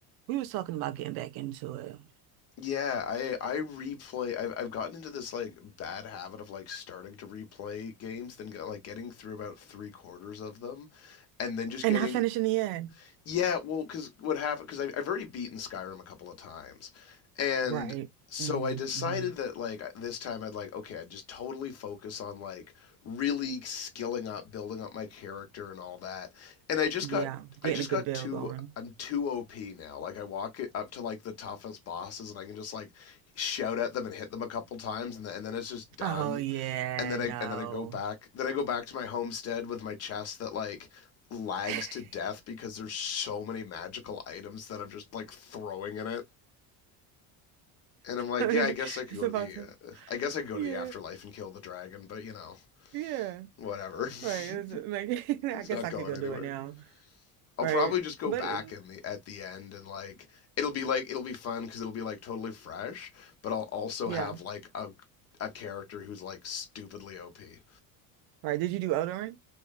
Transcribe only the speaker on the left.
yeah, I I replay. I've I've gotten into this like bad habit of like starting to replay games, then get, like getting through about three quarters of them, and then just
getting
Yeah, well, because what happened? Because I've already beaten Skyrim a couple of times, and
so
I decided
that like this time I'd like okay, I'd just totally focus on like really skilling up, building up my character and all that. And I just
got
I just
got
too
I'm too OP now. Like I walk it up to like the toughest bosses and I can just like shout at them and hit them a couple times and then and then it's just done.
And then I
and then I go back then I go back to my homestead with my chest that like lags
to death because there's so many magical items that I'm just like throwing in it. And I'm like,
yeah, I guess I could go
to the,
uh, I guess I could go
to the afterlife and kill the dragon, but you know,
whatever. <laughs>
He's
not
going
anywhere.
I'll
probably just go
back
in the at the end and like it'll be like it'll be fun because it'll be like totally fresh, but I'll also
have like a a character who's like stupidly OP.